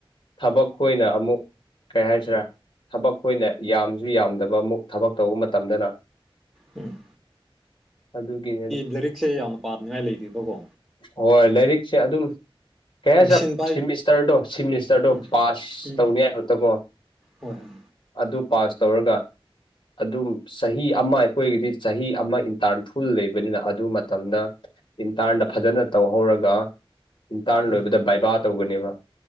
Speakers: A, on the left; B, in the centre.
A: ꯊꯕꯛ ꯑꯣꯏꯅ ꯑꯃꯨꯛ ꯀꯩ ꯍꯥꯏꯁꯤꯔꯥ ꯊꯕꯛ ꯑꯩꯈꯣꯏꯅ ꯌꯥꯝꯁꯨ ꯌꯥꯝꯗꯕ ꯑꯃꯨꯛ ꯊꯕꯛ ꯇꯧꯕ ꯃꯇꯝꯗꯅ
B: ꯎꯝ
A: ꯑꯗꯨꯒꯤꯅꯦꯗ
B: ꯂꯥꯏꯔꯤꯛꯁꯦ ꯌꯥꯝꯅ ꯄꯥꯝꯅꯤꯡꯉꯥꯏ ꯂꯩꯇꯕꯀꯣ
A: ꯍꯣꯏ ꯂꯥꯏꯔꯤꯛꯁꯦ ꯑꯗꯨꯝ ꯀꯌꯥ
B: ꯃꯦꯆꯤꯟ
A: ꯆ
B: ꯄꯥꯏ
A: ꯁꯤꯃꯤꯁꯇꯔꯗꯣ ꯁꯤꯃꯤꯁꯇꯔꯗꯣ
B: ꯎꯝ
A: ꯄꯥꯁ
B: ꯎꯝ
A: ꯇꯧꯅꯤ ꯍꯥꯏ ꯈꯛꯇꯀꯣ
B: ꯍꯣꯏ ꯍꯣꯏ
A: ꯑꯗꯨ ꯄꯥꯁ ꯇꯧꯔꯒ ꯑꯗꯨꯝ ꯆꯍꯤ ꯑꯃ ꯑꯩꯈꯣꯏꯒꯤꯗꯤ ꯆꯍꯤ ꯑꯃ ꯏꯟꯇꯥꯔꯟ ꯐꯨꯜ ꯂꯩꯕꯅꯤꯅ ꯑꯗꯨ ꯃꯇꯝꯗ ꯏ ꯊꯥꯗꯄ ꯐꯖꯅ ꯇꯧꯍꯧꯔꯒ ꯏꯟꯇꯥꯟ
B: ꯎꯝ
A: ꯂꯣꯏꯕꯗ ꯕꯥꯏꯕꯥ ꯇꯧꯒꯅꯦꯕ